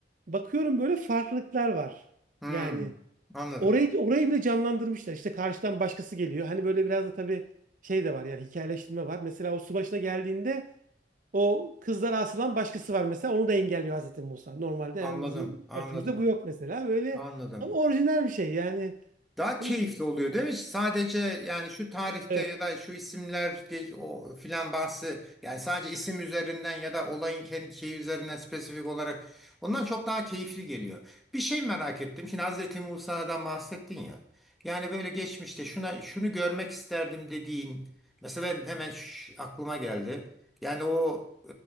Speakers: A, on the right; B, in the centre.
A: bakıyorum böyle farklılıklar var.
B: Hı.
A: Yani
B: Anladım.
A: Orayı, orayı bile canlandırmışlar. İşte karşıdan başkası geliyor. Hani böyle biraz da tabii şey de var yani hikayeleştirme var. Mesela o su başına geldiğinde o kızlara asılan başkası var mesela. Onu da engelliyor Hazreti Musa. Normalde
B: Anladım.
A: yani bizim
B: Anladım.
A: örtümüzde bu yok mesela. Böyle
B: Anladım.
A: ama orijinal bir şey yani.
B: Daha keyifli
A: Ee,
B: oluyor değil mi? Sadece yani şu tarihte
A: evet.
B: ya da şu isimler ge- o filan bahsi yani sadece isim üzerinden ya da olayın kendi şeyi üzerinden spesifik olarak ondan çok daha keyifli geliyor. Bir şey merak ettim. Şimdi Hazreti Musa'dan bahsettin ya. Yani böyle geçmişte şuna şunu görmek isterdim dediğin mesela ben hemen şş- aklıma geldi. Yani o